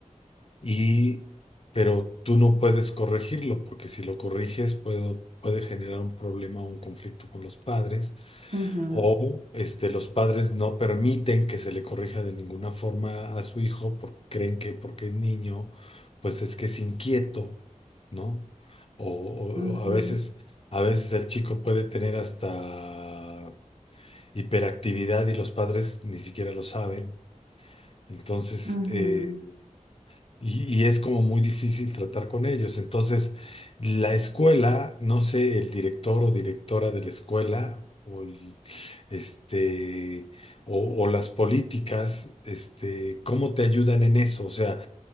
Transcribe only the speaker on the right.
Ujú,
ujú,
ujú,
ujú,